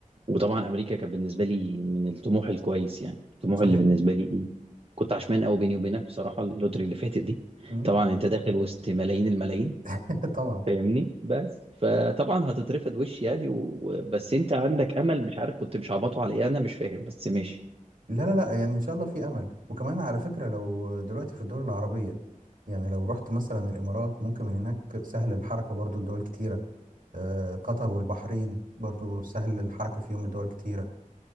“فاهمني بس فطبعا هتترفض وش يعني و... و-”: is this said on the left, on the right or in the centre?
Right